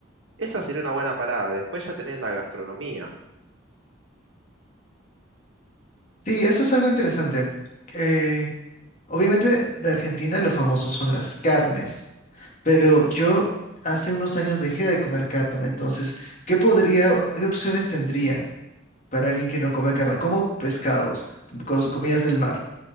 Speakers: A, on the right; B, on the left.
A: Esa sería una buena parada. Después ya tenés la gastronomía.
B: Sí, eso es algo interesante. Eh, obviamente de Argentina lo famoso son las carnes, pero yo hace unos años dejé de comer carne, entonces, ¿qué podría, qué opciones tendría para alguien que no come carne? Como pescados, cos- comidas del mar.